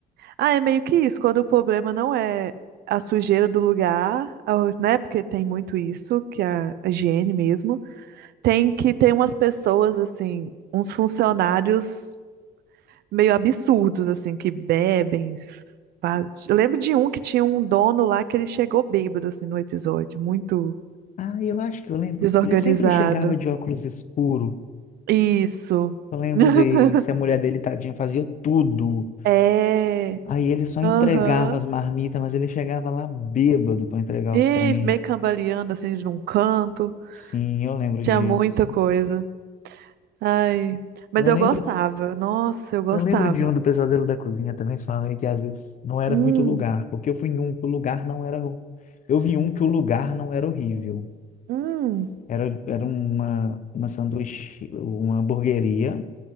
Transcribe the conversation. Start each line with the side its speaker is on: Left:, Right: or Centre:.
Right: Ah, é meio que isso, quando o problema não é a sujeira do lugar, a- né? Porque tem muito isso, que é a higiene mesmo. Tem que ter umas pessoas, assim, uns funcionários meio absurdos, assim, que bebem. faz- Eu lembro de um que tinha um dono lá que ele chegou bêbado, assim, no episódio, muito
Left: Ah, eu acho que eu lembro.
Right: desorganizado.
Left: Ele sempre chegava de óculos escuros
Right: Isso.
Left: Eu lembro
Right: <laughs>
Left: desse, a mulher dele, tadinha, fazia tudo.
Right: É.
Left: Aí ele só entregava
Right: Aham.
Left: as marmitas, mas ele chegava lá bêbado para entregar
Right: E
Left: os trem.
Right: meio cambaleando, assim, de um canto.
Left: Sim, eu lembro
Right: Tinha
Left: disso.
Right: muita coisa. Ai, mas
Left: Eu
Right: eu
Left: lembro,
Right: gostava. Nossa, eu gostava.
Left: eu lembro de um do Pesadelo da Cozinha também, falando aí que às vezes não era
Right: Hum,
Left: muito lugar, porque eu fui em um que o lugar não era. ru- Eu vi um que o lugar não era horrível.
Right: hum,
Left: Era, era uma, uma sanduíche, uma hamburgueria,